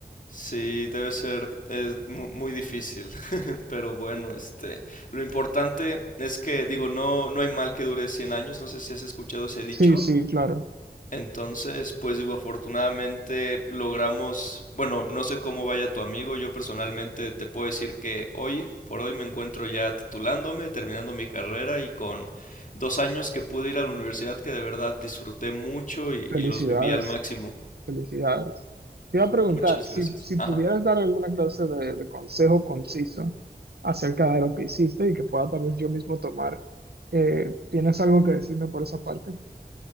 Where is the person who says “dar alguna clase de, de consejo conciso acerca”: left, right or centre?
Right